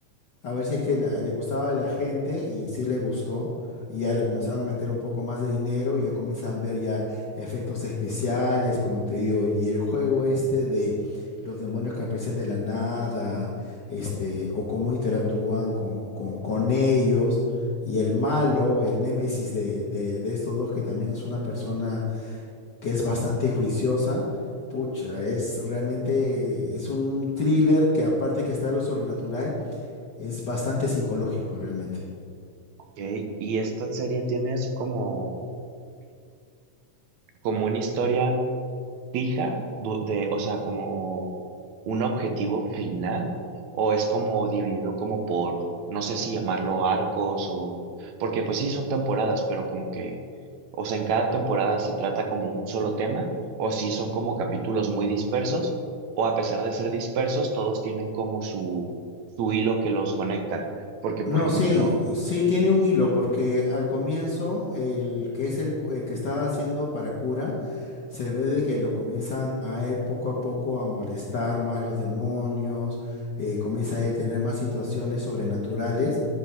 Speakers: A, on the left (about 75°); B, on the right (about 70°).
A: A ver si es que la- le gustaba a la gente y sí le gustó. Y ya le comenzaron a meter un poco más de dinero y ya comienzan a ver ya efectos especiales, como te digo, y el juego este de los demonios que aparecen de la nada, este, o cómo interactúan con, con, con ellos, y el malo, el némesis de, de, de estos dos, que también es una persona que es bastante juiciosa, pucha, es realmente, es un thriller que aparte que está de lo sobrenatural es bastante psicológico realmente.
B: ok, y esta serie tiene así como, como una historia. fija du- de, o sea, como un objetivo final o es como dividido como por, no sé si llamarlo arcos o, porque pues sí son temporadas, pero como que, o sea, en cada temporada se trata como un solo tema o si son como capítulos muy dispersos o a pesar de ser dispersos, todos tienen como su, su hilo que los conecta, porque por
A: No,
B: ejemplo,
A: sí, sí tiene un hilo, porque al comienzo el que es el, cu- el que está haciendo para cura, se ve de que lo comienzan a él poco a poco a molestar más los demonios, eh, comienza a él tener más situaciones sobrenaturales